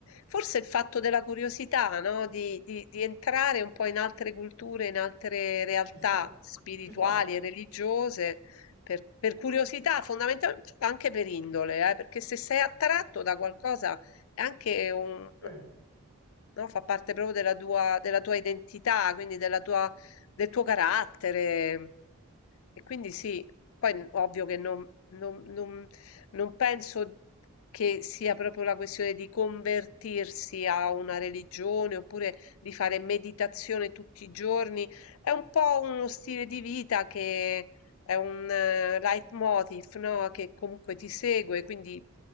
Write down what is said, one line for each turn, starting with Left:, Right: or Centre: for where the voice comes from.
Left: forse il fatto della curiosità, no? Di, di- di entrare un po' in altre culture, in altre realtà
Right: Ci sta,
Left: spirituali
Right: ci sta,
Left: e religiose. Per, per curiosità, fondamentalmente anche per indole, eh, perché se sei attratto da qualcosa è anche un
Right: sì.
Left: no, fa parte proprio della tua della tua identità, quindi della tua del tuo carattere. E quindi sì, poi n- ovvio che non, non- non- non penso che sia proprio la questione di convertirsi a una religione oppure di fare meditazione tutti i giorni. È un po' uno stile di vita che è un eh, leitmotiv, no, che comunque ti segue, quindi